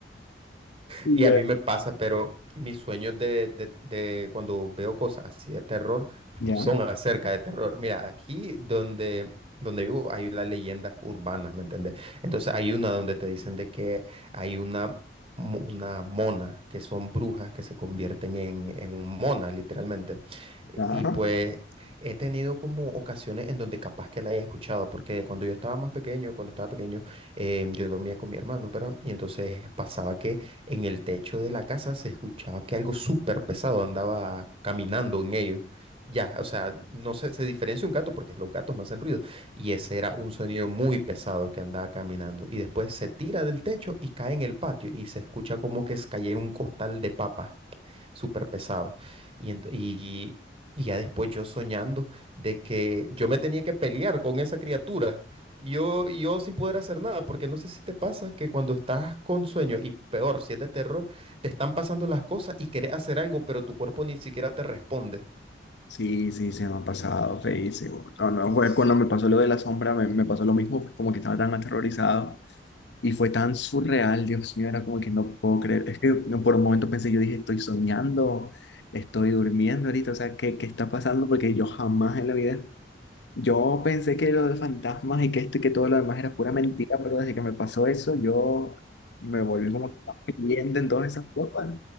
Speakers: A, on the left; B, on the right.
A: Y
B: Y
A: yo,
B: a mí me pasa, pero mis sueños de, de- de cuando veo cosas así de terror
A: Ya,
B: son acerca de terror. Mira, aquí donde, donde vivo hay las leyendas urbanas, ¿me entiendes? Entonces hay una donde te dicen de que hay una, mo- una mona, que son brujas que se convierten en, en un mona, literalmente. Y
A: ajá.
B: y pues he tenido como ocasiones en donde capaz que la he escuchado, porque cuando yo estaba más pequeño, cuando estaba pequeño, em, yo dormía con mi hermano, ¿verdad? Y entonces pasaba que en el techo de la casa se escuchaba que algo súper pesado andaba caminando en ellos. Ya, o sea, no sé, se diferencia un gato porque los gatos no hacen ruido. Y ese era un sonido muy pesado que andaba caminando. Y después se tira del techo y cae en el patio y se escucha como que es cayera un costal de papas súper pesado. Y, ent- y, y ya después yo soñando de que yo me tenía que pelear con esa criatura, yo, yo sin poder hacer nada, porque no sé si te pasa que cuando estás con sueño, y peor, si es de terror, te están pasando las cosas y querés hacer algo, pero tu cuerpo ni siquiera te responde.
A: Sí, sí, se me ha pasado feísimo. No, no,
B: Es-
A: fue cuando me pasó lo de la sombra, me, me pasó lo mismo, fue como que estaba tan aterrorizado y fue tan surreal, Dios mío, era como que no puedo creer. Es que no, por un momento pensé, yo dije, estoy soñando, estoy durmiendo ahorita, o sea, ¿qué, qué está pasando? Porque yo jamás en la vida Yo pensé que lo de fantasmas y que esto y que todo lo demás era pura mentira, pero desde que me pasó eso, yo me volví como que más creyente en todas esas cosas,